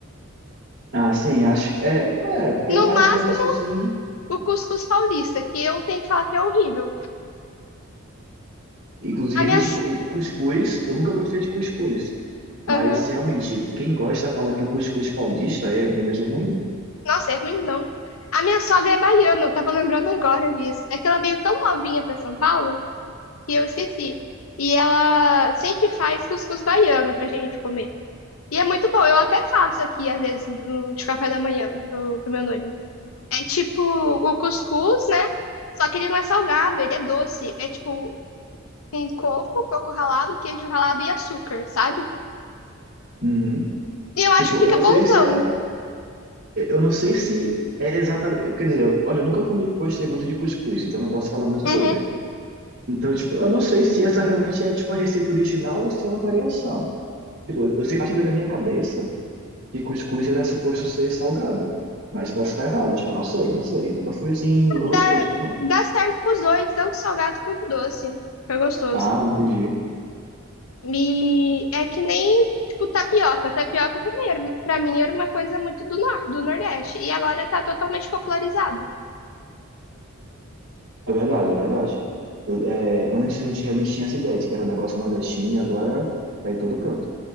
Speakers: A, on the right; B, on the left.
A: Ah, sim, acho que é, é, porque
B: No
A: é mais
B: máximo
A: esse negócio assim.
B: o cuscuz paulista, que eu tenho que falar que é horrível.
A: Inclusive,
B: A minha.
A: tipo, cuscuz, eu nunca gostei de cuscuz.
B: Aham.
A: Mas realmente, quem gosta fala que o cuscuz paulista é, é mesmo ruim.
B: Nossa, é ruimzão. A minha sogra é baiana, eu tava lembrando agora disso. É que ela veio tão novinha pra São Paulo que eu esqueci. E ela sempre faz cuscuz baiano pra gente comer. E é muito bom, eu até faço aqui, às vezes, no- de café da manhã pro, pro meu noivo. É tipo o cuscuz, né? Só que ele não é salgado, ele é doce. É tipo com coco, coco ralado, queijo ralado e açúcar, sabe?
A: Uhum.
B: E eu
A: Tipo,
B: acho que fica
A: eu não
B: bonzão.
A: sei se é. Eu não sei se é exatamente. Quer dizer, olha, eu nunca comi, gostei muito de cuscuz, então eu não posso falar muito
B: Uhum.
A: sobre. Então, tipo, eu não sei se essa realmente é, tipo, a receita original ou se é uma variação. Tipo, eu sempre tive na minha cabeça que cuscuz era suposto ser salgado. Mas posso estar errado, tipo, não sei, não sei. Nunca fui assim, nunca gostei,
B: Dá,
A: tipo, não.
B: dá certo com os dois, tanto salgado quanto doce. Fica gostoso.
A: Ah, entendi.
B: E é que nem, tipo, tapioca. Tapioca também, era, pra mim, era uma coisa muito do, nor do Nordeste. E agora tá totalmente popularizado.
A: É verdade, é verdade. Eu- é, antes a gente realmente tinha essa ideia de que era um negócio nordestino e agora tá em todo canto.